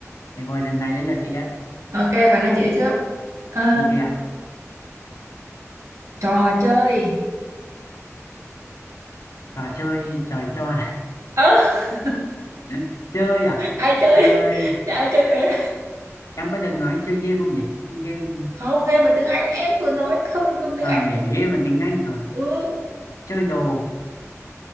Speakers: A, on the left; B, on the right.
A: để ngồi lần này lấy lượt chị ấy
B: ok và nói chị đi trước à,
A: ok ạ
B: trò chơi
A: trò chơi trời cho à?
B: ơ <laughs>
A: <laughs> chơi à
B: ai chơi
A: chơi
B: <laughs> Dạ, ai chơi thế
A: em có được nói chơi game không nhỉ chơi game
B: không game là tiếng Anh em vừa nói không được dùng tiếng
A: à,
B: Anh
A: nhỉ game là tiếng Anh rồi
B: ừ
A: chơi đồ